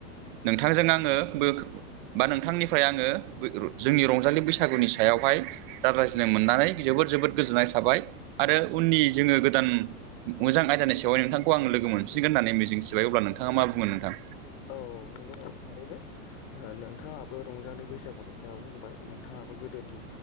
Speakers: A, on the right (about 35°); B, on the left (about 50°).
A: नोंथांजों आङो बो बा नोंथांनिफ्राय आङो जोंनि रंजालि बैसागुनि सायावहाय दा रायज्लायनो मोननानै जोबोद जोबोद गोजोननाय थाबाय आरो उननि जोङो गोदान मोजां आयदानि सायावहाय नोंथांखौ आङो लोगो मोनफिनगोन होननानै मिजिं थिबाय अब्ला नोंथाङा मा बुंगोन नोंथां
B: औ नोङो थारैनो नोंथाङाबो रंजालि बैसागुनि सायाव बुंबाय नोंथाङाबो गोदोनि